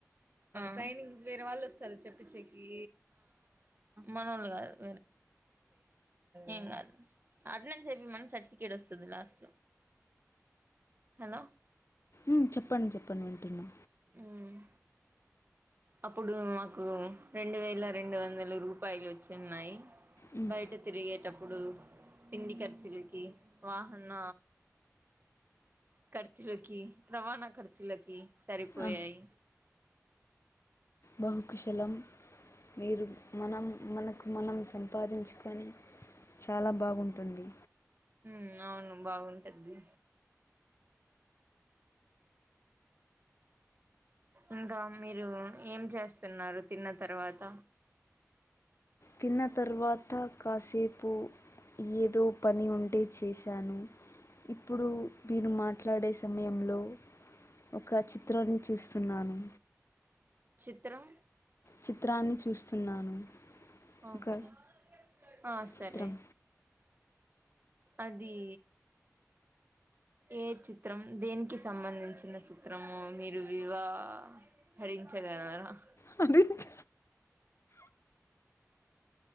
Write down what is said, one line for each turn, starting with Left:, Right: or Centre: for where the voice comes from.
Right: ట్రైనింగ్ వేరే వాళ్ళు వస్తారా చెప్పిచ్చేకి మనవాళ్లేనా ఏం గాదు అటెండెన్స్ ఏపిమను సర్టీ ఏడుస్తుంది లాస్ట్ లో
Left: మ్ చెప్పండి చెప్పండి వింటున్నా
Right: మ్మ్ అప్పుడు మాకు రెండు వేల రెండు వందల రూపాయలు వచ్చి ఉన్నాయి.
Left: మ్మ్,
Right: బయట తిరిగేటప్పుడు తిండి ఖర్చులకి వాహన ఖర్చులకి రవాణా ఖర్చులకి సరిపోయాయి
Left: ఆ, బహుకుశలం మీరు మనం మనకు మనం సంపాదించుకు పని చాలా బాగుంటుంది
Right: మ్ అవును బాగుంటుంది. ఇంకా మీరు ఏం చేస్తున్నారు తిన్న తర్వాత
Left: తిన్న తర్వాత కాసేపు ఏదో పని ఉంటే చేశాను ఇప్పుడు మీరు మాట్లాడే సమయంలో ఒక చిత్రాన్ని చూస్తున్నాను
Right: చిత్రం
Left: చిత్రాన్ని చూస్తున్నాను
Right: ఓకే
Left: ఒక
Right: ఆ సరే
Left: చిత్రం
Right: అది ఏ చిత్రం దేనికి సంబంధించిన చిత్రము మీరు వివా హరించ <unintelligible>
Left: హరించ